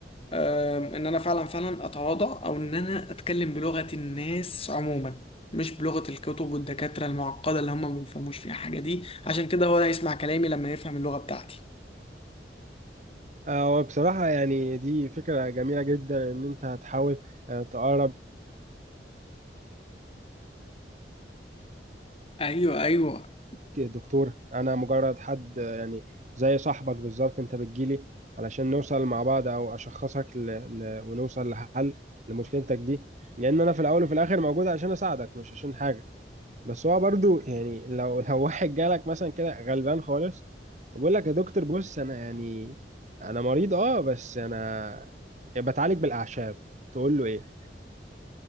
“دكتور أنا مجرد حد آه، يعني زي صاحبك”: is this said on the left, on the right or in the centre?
Right